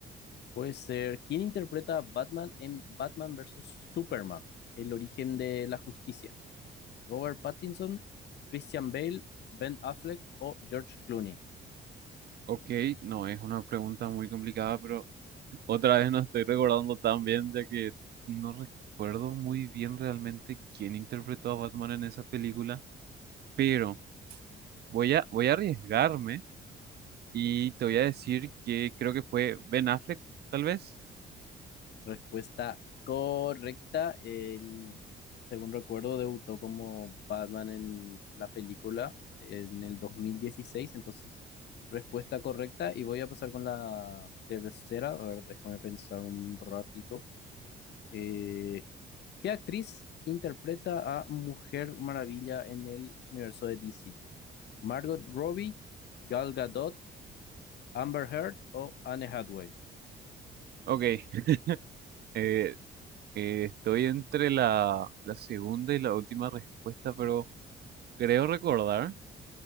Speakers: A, on the left; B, on the right.
A: puede ser, ¿quién interpreta a Batman en Batman vs. Superman? El origen de la justicia. ¿Robert Pattinson, Christian Bale, Ben Affleck o George Clooney?
B: Ok, no, es una pregunta muy complicada, pero Otra vez no estoy recordando tan bien, ya que no recuerdo muy bien realmente quién interpretó a Batman en esa película, pero voy a, voy a arriesgarme y te voy a decir que creo que fue Ben Affleck, tal vez.
A: Respuesta correcta. Él, según recuerdo, debutó como Batman en la película en el 2016. Entonces, respuesta correcta. Y voy a pasar con la tercera. A ver, déjame pensar un ratito. Eh, ¿qué actriz interpreta a Mujer Maravilla en el universo de DC? ¿Margot Robbie, Gal Gadot, Amber Heard o Anne Hathaway?
B: Ok, <laughs> eh, eh, estoy entre la, la segunda y la última respuesta, pero creo recordar,